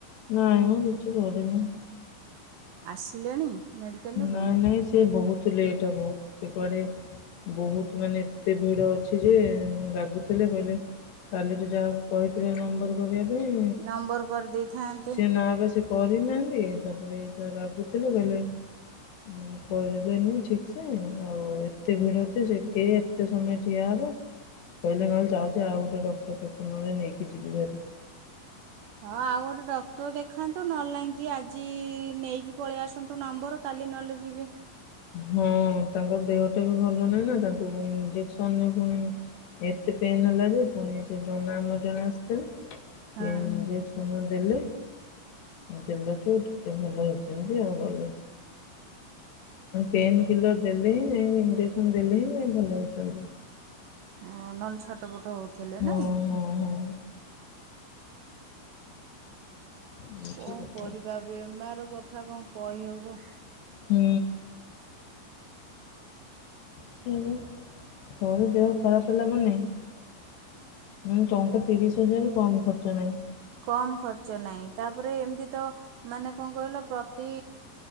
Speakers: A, on the left (about 65°); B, on the right (about 70°).
A: ନାଇଁ ମୁଁ କିଛି କରିନି।
B: ଆସିଲେଣି? ମେଡିକାଲରୁ
A: ନାଇଁ ନାଇଁ ସେ ବହୁତ ଲେଟ୍ ହବ ସେ କୁଆଡେ ବହୁତ ମାନେ ଏତେ ଭିଡ ଅଛି ଯେ ରାଗୁଥିଲେ କହିଲେ କାଲିଠୁ ଯାହାକୁ କହିଥିଲେ ନମ୍ବର କରିବା ପାଇଁ
B: ନମ୍ବର କରି ଦେଇଥାନ୍ତେ।
A: ସେ ନା ବା ସେ କରିନାହାନ୍ତି ତାପରେ ଏଟ ରାଗୁଥିଲେ କହିଲେ ଉଁ କରିଲେନି ଠିକ୍ ସେ ଆଉ ଏତେ ଭିଡ ଅଛି ସେଠିକେ ଏତେ ସମୟ ଠିଆ ହବ। କହିଲେ ନହେଲେ ଚାହୁଛି ଆଉ ଗୋଟେ ଡକ୍ଟର ପାଖକୁ ନହଲେ ନେଇକି ଯିବି ଭାରି।
B: ହଁ ଆଉ ଗୋଟେ ଡକ୍ଟର ଦେଖାନ୍ତୁ ନହଲୋଇକି ଆଜି ନେଇକି ପଳେଇ ଆସନ୍ତୁ ନମ୍ବର କାଲି ଦି ନହେଲେ ଯିବି।
A: ହଁ ତାଙ୍କର ଦେହଟା ବି ଭଲ ନାହିଁ ନା ତାଙ୍କୁ ଇଞ୍ଜେକ୍ସନରେ ପୁଣି। ଏତେ ପେନ୍ ହେଲା ଯେ ପୁଣି ସେ ଜନ ଆମର ଜଣେ ଆସିଥିଲେ।
B: ହଁ
A: ସେ ଇଞ୍ଜେସନ ଦେଲେ। ଜଲଠୁ ଟିକେ ଭଲ ହେଇଛନ୍ତି ଆଉ ଗଲେ। ପେନ୍‌ କିଲର ଦେଲେ ହିଁ ଯାଇ ଇଞ୍ଜେସନ ଦେଲେ ହିଁ ଯାଇ ଭଲ ହଉଛନ୍ତି।
B: ଓ ନହେଲେ ଛୋଟ ପଟ ହଉଥିଲେ
A: ହଁ
B: ନାଇଁ?
A: ହଁ ହଁ ଏମିତି
B: କଣ
A: କଥା।
B: କରିବା ବେମାର କଥା କଣ କହିହବ।
A: ହୁଁ। ଥରେ ଦେହ ଖରାପ ହେଲା ମାନେ ଉଁ ଟଙ୍କା ତିରିଶ ହଜାର କମ ଖର୍ଚ୍ଚ ନାହିଁ।
B: କମ୍ ଖର୍ଚ୍ଚ ନାହିଁ ତାପରେ ଏମିତି ତ ମାନେ କଣ କହିଲ ପ୍ରତି